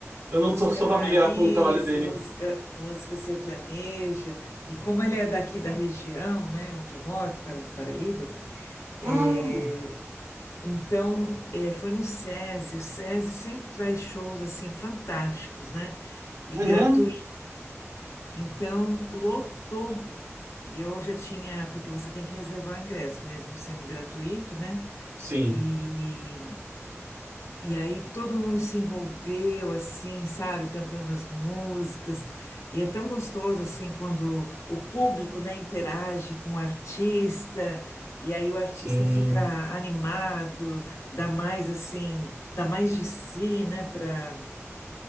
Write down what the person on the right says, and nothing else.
Eu não tô sou
familiar com o trabalho dele.
Ah,
uhum.
Sim,
sim.